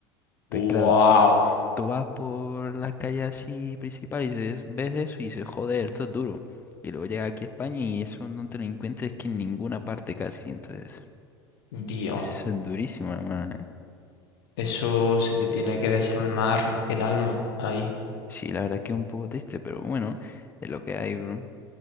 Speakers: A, on the left; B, on the left.
A: Entonces,
B: Wow,
A: claro, tú vas por la calle así principal y dices- ves eso y dices, joder, esto es duro. Y luego llega aquí a España y eso no te lo encuentras que en ninguna parte casi, entonces...
B: dios.
A: Eso es durísimo, hermano. ¿eh?
B: Eso se te tiene que desalmar el alma ahí.
A: Sí, la verdad que es un poco triste, pero bueno, es lo que hay, bro.